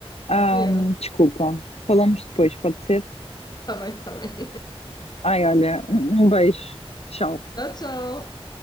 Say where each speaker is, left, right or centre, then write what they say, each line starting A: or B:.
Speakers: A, on the left; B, on the left.
A: Ahm,
B: Ja,
A: desculpa. Falamos depois, pode ser?
B: tá bem, tá bem.
A: Ai, olha, um um beijo. Tchau.
B: Tchau, tchau.